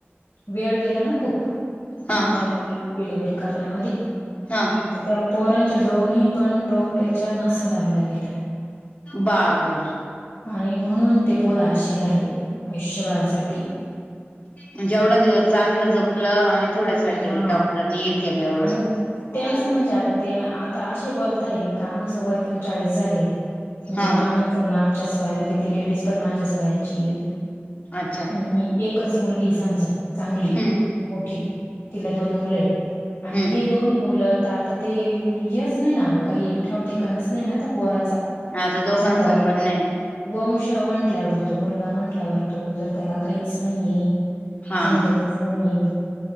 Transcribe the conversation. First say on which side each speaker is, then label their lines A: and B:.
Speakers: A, on the left (about 50°); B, on the left (about 30°).
A: वेळ गेला ना खूप
B: हा
A: नॉर्मल डिलिव्हरी करण्यामध्ये
B: हा
A: तर त्या पोरांच्या डोनीही पण डोक्याच्या नसा दाबल्या गेल्या
B: बापरे
A: आणि म्हणून ते पोरा अे झाले आयुष्यभरासाठी
B: म्हजेवढा दिवस चांगलं जप आपलं आणि थोड्यासाठी
A: हा
B: डॉक्टरनी हे केलं एवढंणा
A: आणि त्यांचं म्हणजे आता ते आता असे बोलताय का आम सवय पोण चाळीस झाले म्हणजे
B: हा
A: माम नाम चसवाय मध्ये ती लेडीज पण माझ चसवायची येई
B: अच्छा
A: आणि एकच मुलगी आहे समजा चांगली
B: हम्म
A: मोठी तिला दोन मुलं आहे आणि
B: हम्म
A: हे दोन्ही मुलं तर आता ते यच नाही ना काही ठाव ठिकाणच नाही ना पोराचा
B: हाता दोघांचा
A: समजा
B: पण नाही
A: वंश म्हटल्यावर तो मुलगा म्हटल्यावर तो जर त्याला काहीच नाहीये
B: हा
A: समजतच नाही